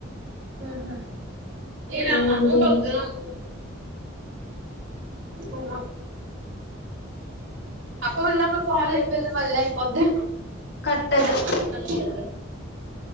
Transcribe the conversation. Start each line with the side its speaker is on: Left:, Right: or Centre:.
Right: ఉహూ. ఏ నామ్మ
Left: అన్నం
Right: ఊట
Left: తినేసి
Right: వద్దు నాకు. బొంగ. అప్పు ఉళ్ ఒక కోయిలు అయిపోయింది మళ్లీ. వద్దు.
Left: కట్ అయి
Right: ఇదింద <unintelligible>